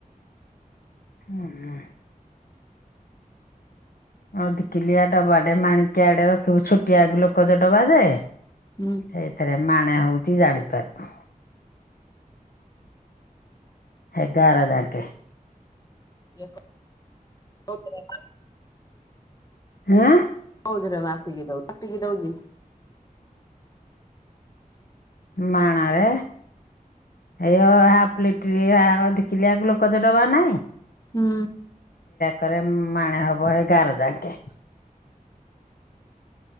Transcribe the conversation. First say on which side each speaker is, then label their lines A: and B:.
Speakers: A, on the left; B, on the left.
A: ହୁଁ। ଅଧକିଲିଆ ଡବାଟେ ମାଣିକାଆଟେ ରଖିବୁ ଛୋଟିଆ ଗ୍ଲୁକୋଜ ଡବା ଯେ
B: ହୁଁ।
A: ହେଇଥିରେ ମାଣେ ହଉଚି ଜାଣିପାରିବୁ ହେଇ ଗାର ଯାଙ୍କେ-
B: ୟେ କ ଥିରେ ଯେ?
A: ହେଁ?
B: କୋଉଥିରେ ମାପିକିଦଉଚି ମାପିକିଦଉଚି?
A: ମାଣରେ ଏ ଅ ଆପ୍ଲିପ- - ଟ୍ରିଆ ଦିିକିଲିଆ ଗ୍ଲୁକୋଜଡବା ନାଇଁ?
B: ହୁଁ।
A: କରେ ମାଣେ ହବ ଏ ଗାର ଯାକେଁ